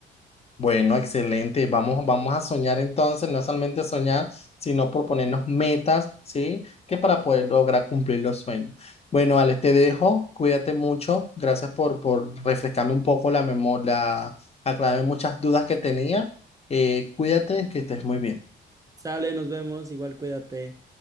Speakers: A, on the left (about 30°); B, on the right (about 15°).
A: Bueno, excelente. Vamos, vamos a soñar entonces, no solamente soñar, sino proponernos metas, ¿sí? Que para poder lograr cumplir los sueños. Bueno, Alex, te dejo. Cuídate mucho. Gracias por, por refrescarme un poco la memoria, aclararme muchas dudas que tenía. Eh, cuídate, que estés muy bien.
B: Sale, nos vemos, igual cuídate.